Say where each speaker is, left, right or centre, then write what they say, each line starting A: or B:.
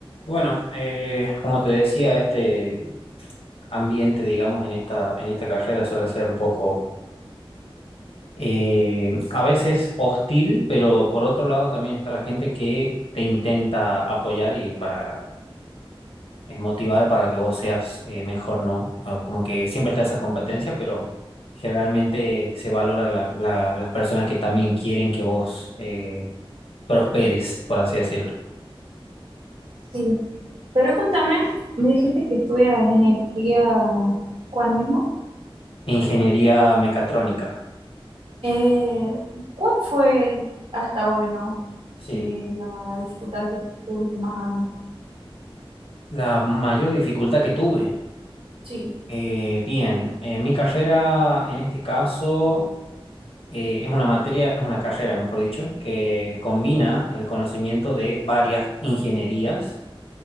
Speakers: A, on the left (about 80°); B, on the right (about 75°).
A: Bueno, eh, como te decía, este ambiente, digamos, en esta, en esta carrera suele ser un poco, eh, a veces hostil, pero por otro lado también está la gente que te intenta apoyar y para eh, motivar para que vos seas eh, mejor, ¿no? Ah, Como que siempre está esa competencia, pero generalmente se valora la- la- las personas que también quieren que vos eh, prosperes, por así decirlo.
B: Sí, pero contame, me dijiste que estudias ingeniería ¿cuál mismo.
A: Ingeniería mecatrónica,
B: Eh, ¿cuál fue hasta hoy, no?
A: sí.
B: Eh, la dificultad que tuviste más grande.
A: La mayor dificultad que tuve.
B: Sí.
A: Eh, bien, eh, mi carrera en este caso eh, es una materia, es una carrera, mejor dicho, que combina el conocimiento de varias ingenierías.